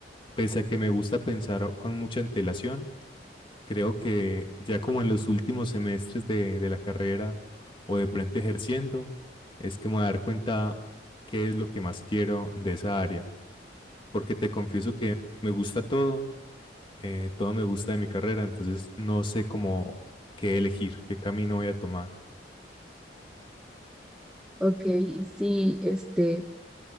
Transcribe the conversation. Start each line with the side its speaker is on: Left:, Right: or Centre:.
Left: pese a que me gusta pensar con mucha antelación, Creo que ya como en los últimos semestres de, de la carrera o de pronto ejerciendo, es que me voy a dar cuenta qué es lo que más quiero de esa área, porque te confieso que me gusta todo, eh, todo me gusta de mi carrera, entonces no sé cómo qué elegir, qué camino voy a tomar.
Centre: Ok, sí, este,